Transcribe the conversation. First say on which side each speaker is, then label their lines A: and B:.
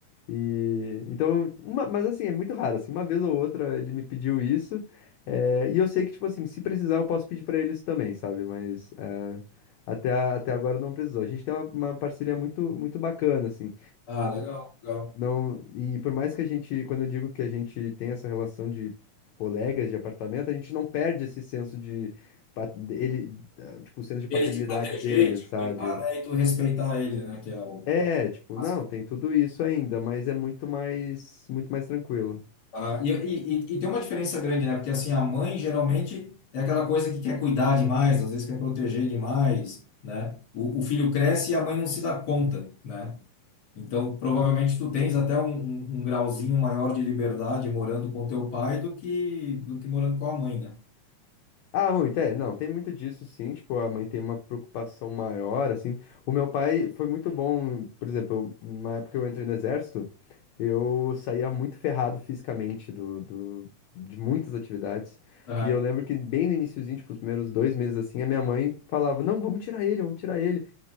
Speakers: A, on the left; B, on the left.
A: E, então, uma- mas assim, é muito raro, assim, uma vez ou outra ele me pediu isso, é, e eu sei que, tipo assim, se precisar eu posso pedir pra ele isso também, sabe? Mas é, até, a- até agora não precisou. A gente tem uma, uma parceria muito, muito bacana, assim,
B: Ah, legal, legal.
A: não, e por mais que a gente, quando eu digo que a gente tem essa relação de colegas de apartamento, a gente não perde esse senso de pa- ele, eh, tipo, o senso de
B: Ele
A: paternidade
B: te proteger,
A: dele,
B: te
A: sabe?
B: cuidar, né? E tu respeitar ele, né? Que é o...
A: É, tipo,
B: básico.
A: não, tem tudo isso ainda, mas é muito mais, muito mais tranquilo.
B: Ah, e, e, e e tem uma diferença grande, né? Porque assim, a mãe geralmente é aquela coisa que quer cuidar demais, às vezes quer proteger demais, né? O, o filho cresce e a mãe não se dá conta, né? Então, provavelmente tu tens até um, um- um grauzinho maior de liberdade morando com teu pai do que do que morando com a mãe, né?
A: Ah, muito, é, não, tem muito disso sim, tipo, a mãe tem uma preocupação maior, assim. O meu pai foi muito bom, por exemplo, eu- na época que eu entrei no exército, eu saía muito ferrado fisicamente do, do- de muitas atividades.
B: Aham.
A: E eu lembro que bem no iniciozinho, tipo, os primeiros dois meses assim, a minha mãe falava, não, vamos tirar ele, vamos tirar ele.